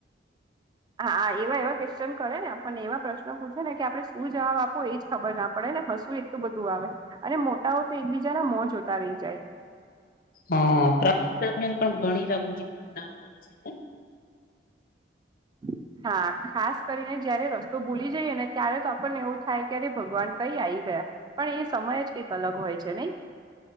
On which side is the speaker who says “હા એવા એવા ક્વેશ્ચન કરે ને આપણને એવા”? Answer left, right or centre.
Right